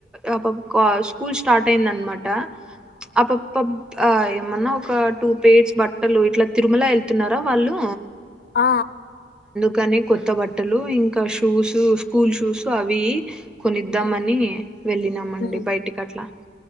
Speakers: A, in the centre; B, on the left (about 55°).
A: ఆ పాప కా స్కూల్ స్టార్ట్ అయింది అనమాట ఆ ప పప్ ఆ ఏమన్నా ఒక టూ పెయిర్స్ బట్టలు ఇట్లా తిరుమల వెళ్తున్నారా వాళ్ళు
B: ఆ
A: కానీ కొత్త బట్టలు ఇంకా షూస్ స్కూల్ షూస్ అవి కొనిద్దామని
B: ఉమ్
A: వెళ్ళినామండి
B: ఉమ్
A: బయటికి అట్లా